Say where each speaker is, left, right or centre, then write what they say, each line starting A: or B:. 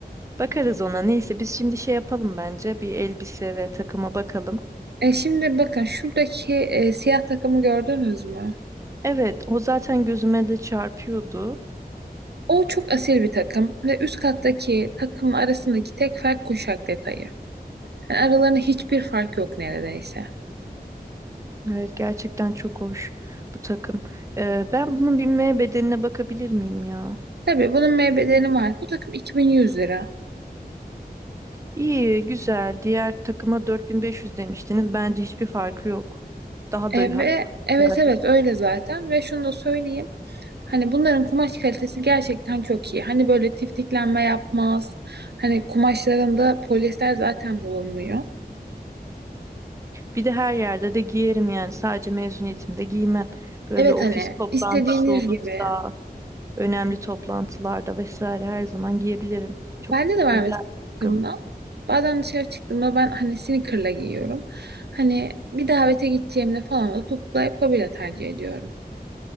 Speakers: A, on the right; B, on the right.
A: Bakarız ona. Neyse biz şimdi şey yapalım bence. Bir elbise ve takıma bakalım.
B: E şimdi bakın şuradaki e, siyah takımı gördünüz mü?
A: Evet, o zaten gözüme de çarpıyordu.
B: O çok asil bir takım ve üst kattaki takımla arasındaki tek fark kuşak detayı. Yani aralarında hiçbir fark yok neredeyse.
A: Evet, gerçekten çok hoş bu takım. Ee, ben bunun binmeye bedenine bakabilir miyim ya?
B: Tabii bunun meybeleri var. Bu takım 2100 lira.
A: İyi, güzel. Diğer takıma 4500 demiştiniz. Bence hiçbir farkı yok. Daha
B: E,
A: da
B: ve
A: hatta
B: evet
A: güzel
B: evet
A: duruyor.
B: öyle zaten ve şunu da söyleyeyim. Hani bunların kumaş kalitesi gerçekten çok iyi. Hani böyle tiftiklenme yapmaz. Hani kumaşlarında polyester zaten bulunmuyor.
A: Bir de her yerde de giyerim yani. Sadece mezuniyetimde giymem. Böyle
B: Evet
A: ofis
B: hani
A: toplantısı
B: istediğiniz
A: olursa,
B: gibi.
A: önemli toplantılarda vesaire her zaman giyebilirim. Çok
B: Bende de var
A: güzel
B: mesela
A: bir takım.
B: takımdan. Bazen dışarı çıktığımda ben hani sneaker'la giyiyorum. Hani bir davete gideceğimde falan da topuklu ayakkabıyla tercih ediyorum.